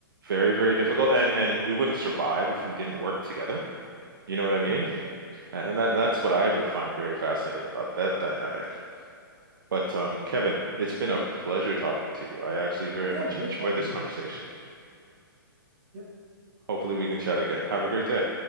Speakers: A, on the right; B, on the right.
A: Very, very difficult. And and we wouldn't survive if we didn't work together. You know what I mean?
B: right.
A: And that that's what I would find very fascinating about that dynamic. But um, Kevin, it's been a pleasure talking to you. I actually very
B: Yeah,
A: much
B: great
A: enjoyed
B: talking
A: this
B: to
A: conversation.
B: you. Yeah.
A: Hopefully we can chat again. Have a great day.